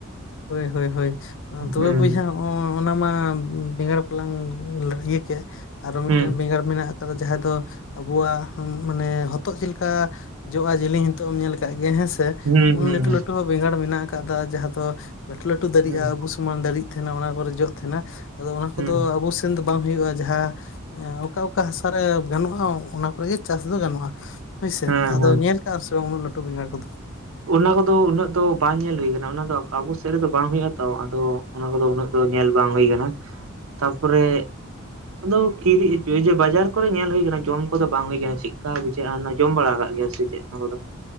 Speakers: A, on the left; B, on the right.
A: ᱦᱳᱭ ᱦᱳᱭ ᱦᱳᱭ ᱛᱚᱵᱮ
B: ᱦᱩᱸ
A: ᱵᱚᱭᱦᱟ ᱚᱸ ᱚᱱᱟ ᱢᱟ ᱵᱮᱸᱜᱟᱲ ᱠᱚᱞᱟᱝ ᱤᱭᱟᱹ ᱠᱮᱫ ᱟᱨᱚ ᱢᱤᱫᱴᱮᱱ
B: ᱦᱩᱸ
A: ᱵᱮᱸᱜᱟᱲ ᱢᱮᱱᱟᱜ ᱠᱟᱫᱟ ᱡᱟᱦᱟᱸ ᱫᱚ ᱟᱵᱚᱣᱟᱜ ᱢᱟᱱᱮ ᱦᱚᱛᱚᱫ ᱪᱮᱫ ᱞᱮᱠᱟ ᱡᱚᱜᱼᱟ, ᱡᱤᱞᱤᱧ ᱦᱚᱛᱚᱜ ᱮᱢ ᱧᱮᱞ ᱟᱠᱟᱜ ᱜᱮᱭᱟ ᱦᱮᱸᱥᱮ ᱾
B: ᱦᱩᱸ
A: ᱩᱱ
B: ᱦᱩᱸ
A: ᱞᱟᱹᱴᱩ
B: ᱦᱩᱸ
A: ᱞᱟᱹᱴᱩ ᱦᱚᱸ ᱵᱮᱸᱜᱟᱲ ᱢᱮᱱᱟᱜ ᱟᱠᱟᱫᱟ ᱡᱟᱦᱟᱸ ᱫᱚ ᱞᱟᱹᱴᱩ ᱞᱟᱹᱴᱩ ᱫᱟᱨᱤᱜᱼᱟ
B: ᱦᱩᱸ
A: ᱟᱵᱩ ᱥᱚᱢᱟᱱ ᱫᱟᱲᱮᱜ ᱛᱟᱦᱮᱱᱟ ᱚᱱᱟ ᱠᱚᱨᱮ ᱡᱚᱜ ᱛᱟᱦᱮᱱᱟ, ᱟᱫᱚ ᱚᱱᱟ ᱠᱚᱫᱚ
B: ᱦᱩᱸ
A: ᱟᱵᱚ ᱥᱮᱱ ᱫᱚ ᱵᱟᱝ ᱦᱩᱭᱩᱜᱼᱟ ᱡᱟᱦᱟᱸ ᱚᱠᱟ ᱚᱠᱟ ᱦᱟᱥᱟ ᱨᱮ ᱜᱟᱱᱚᱜᱼᱟ ᱚᱱᱟ ᱠᱚᱨᱮ ᱜᱮ ᱪᱟᱥ ᱫᱚ ᱜᱟᱱᱚᱜᱼᱟ ᱦᱳᱭᱥᱮ
B: ᱦᱮᱸ
A: ᱟᱫᱚ
B: ᱦᱮᱸ
A: ᱧᱮᱞ <unintelligible> ᱩᱱᱟᱹᱜ ᱞᱟᱹᱴᱩ ᱵᱮᱸᱜᱟᱲ ᱠᱚᱫᱚ ᱾
B: ᱚᱱᱟ ᱠᱚᱫᱚ ᱩᱱᱟᱹᱜ ᱫᱚ ᱵᱟᱝ ᱧᱮᱞ ᱦᱩᱭ ᱟᱠᱟᱱᱟ ᱚᱱᱟ ᱫᱚ ᱟᱵᱚ ᱥᱮᱫ ᱨᱮᱫᱚ ᱵᱟᱝ ᱦᱳᱜᱼᱟ ᱛᱚ ᱟᱫᱚ ᱚᱱᱟ ᱠᱚᱫᱚ ᱩᱱᱟᱹᱜ ᱫᱚ ᱧᱮᱞ ᱵᱟᱝ ᱦᱩᱭ ᱟᱠᱟᱱᱟ, ᱛᱟᱯᱚᱨᱮ ᱟᱫᱚ ᱠᱤᱨᱤᱮ ᱵᱟᱡᱟᱨ ᱠᱚᱨᱮ ᱧᱮᱞ ᱦᱩᱭᱩ ᱠᱟᱱᱟ ᱡᱚᱢ ᱠᱚᱫᱚ ᱵᱟᱝ ᱦᱩᱭ ᱟᱠᱟᱱᱟ ᱾ ᱪᱮᱫ ᱞᱮᱠᱟ ᱵᱩᱡᱷᱟᱹᱜᱼᱟ ᱡᱚᱢ ᱵᱟᱲᱟ ᱟᱠᱟᱫ ᱜᱮᱭᱟ ᱥᱮ <unintelligible>